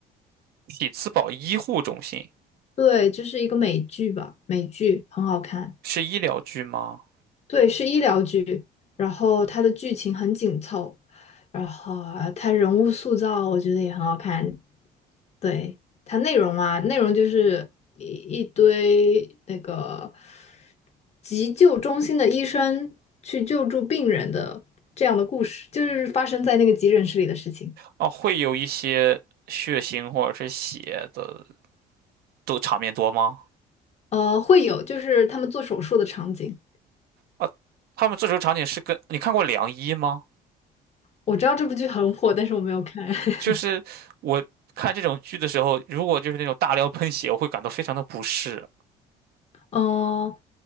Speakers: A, on the right (about 65°); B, on the left (about 40°).
A: 匹兹堡医护中心
B: 对，就是一个美剧吧，美剧很好看。
A: 是医疗剧吗？
B: 对，是医疗剧，然后它的剧情很紧凑，然后啊它人物塑造我觉得也很好看。对，它内容啊，内容就是一一堆那个急救中心的医生去救助病人的这样的故事，就是发生在那个急诊室里的事情。
A: 哦，会有一些血腥或者是血的都场面多吗？
B: 呃，会有就是他们做手术的场景。
A: 啊，他们这种场景是跟你看过《良医》吗？
B: 我知道这部剧很火，但是我没有看。<laughs>
A: 就是我看这种剧的时候，如果就是那种大量喷血，我会感到非常的不适。
B: 嗯、